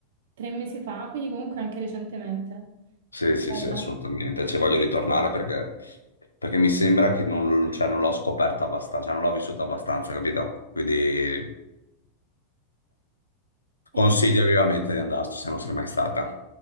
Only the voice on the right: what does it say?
Tre mesi fa, Ah, quindi comunque anche recentemente.
Che
bello.
Eh,